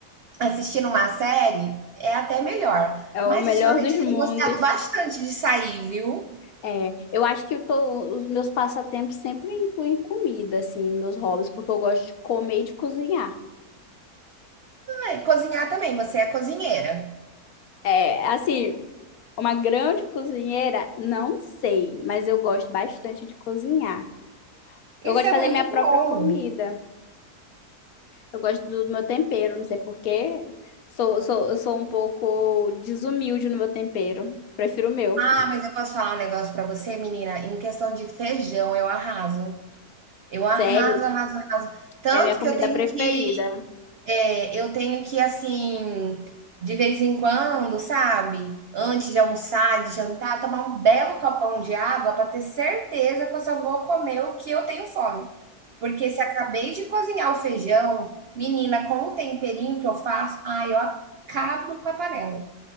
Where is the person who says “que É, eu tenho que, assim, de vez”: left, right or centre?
Right